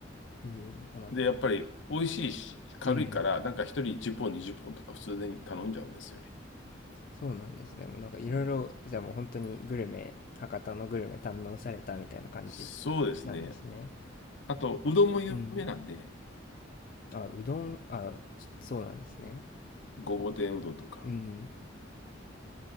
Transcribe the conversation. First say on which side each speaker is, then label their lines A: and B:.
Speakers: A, on the left; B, on the left.
A: えーあ、まあ
B: で、やっぱり美味しいし、軽いから、
A: うん、
B: なんか一人10本、20本とか普通に頼んじゃうんですよね。
A: そうなんですね。もうなんかいろいろ、
B: うん、
A: じゃあもう本当にグルメ博多のグルメ堪能されたみたいな感じ
B: そうですね。
A: なんですね。
B: あと、うどんも有名なんで、
A: うん。あ、うどん、あ、そそうなんですね。
B: ごぼう天うどんとか。
A: うん。